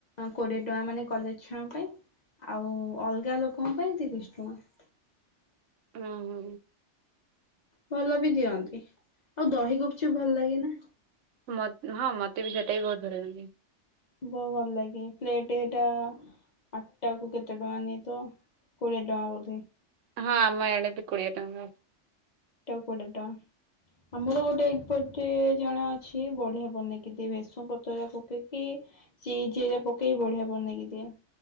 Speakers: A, on the left; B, on the right.
A: କୋଡିଏ ଟଙ୍କା ମାନେ କଲେଜ ଛୁଆଙ୍କ ପାଇଁ, ଆଉ ଅଲଗା ଲୋକଙ୍କ ପାଇଁ ତିରିଶ ଟଙ୍କା।
B: ହଁ ହୁଁ।
A: ଭଲ ବି ଦିଅନ୍ତି। ଆଉ ଦହି ଗୁପଚୁପ୍ ଭଲ ଲାଗେ ନା?
B: ମତ୍ ହଁ ମତେ ବି ସେଟା ବି ବହୁତ ଭଲ ନାଗେ।
A: ବହୁ ଭଲ ଲାଗେ। ପ୍ଲେଟ ଏଟା ଆଠଟାକୁ କେତେ ଟଙ୍କା ନେଇଥବ, ତ କୋଡିଏ ଟଙ୍କା ବୋଧେ?
B: ହଁ, ଆମ ଇଆଡ଼େ ବି କୋଡ଼ିଏ ଟଙ୍କା।
A: ଗୋଟାକୁ କୋଡ଼ିଏ ଟଙ୍କା। ଆମର ଗୋଟେ ଏପଟ ଟେ ଜଣେ ଅଛି ବଢିଆ ବନେଇକି ଦିଏ। ବେସୁନ ପତ୍ର ହେରିକା ପକେଇକି ଚିଜ୍ ହେରିଆ ପକେଇ ବଢିଆ ବନେଇକି ଦିଏ।